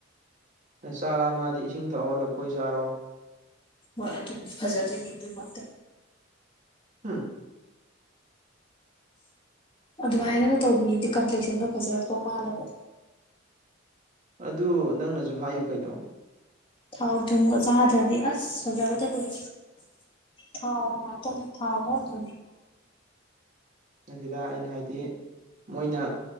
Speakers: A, on the right (about 40°); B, on the left (about 25°).
A: ꯆꯥꯛ ꯂꯝꯃꯗꯤ ꯏꯁꯤꯡ ꯊꯛꯑꯣ ꯂꯐꯣꯏ ꯆꯥꯔꯣ
B: ꯍꯣꯏ ꯑꯗꯨꯗꯤ ꯐꯖꯗꯣꯏꯅꯤ ꯑꯗꯨꯒꯤ ꯉꯥꯛꯇ
A: ꯍꯨꯝ
B: ꯑꯗꯨꯃꯥꯏꯅꯒ ꯇꯧꯕꯤꯌꯦꯗꯤ ꯀꯝꯄ꯭ꯂꯦꯛꯁꯟꯗꯣ ꯐꯖꯔꯛꯄꯧ ꯃꯥꯜꯂꯒ
A: ꯑꯗꯨ ꯅꯪꯅꯁꯨ ꯍꯥꯏꯌꯨ ꯀꯩꯅꯣ
B: ꯊꯥꯎ ꯊꯨꯝꯒ ꯆꯥꯗ꯭ꯔꯗꯤ ꯑꯁ ꯁꯣꯖꯕꯇ ꯂꯣꯏꯔ ꯊꯥꯎ ꯃꯥꯇ ꯊꯥꯎꯃꯣꯅꯤ
A: ꯑꯗꯨꯗ ꯑꯩꯅ ꯍꯥꯏꯗꯤ ꯃꯣꯏꯅ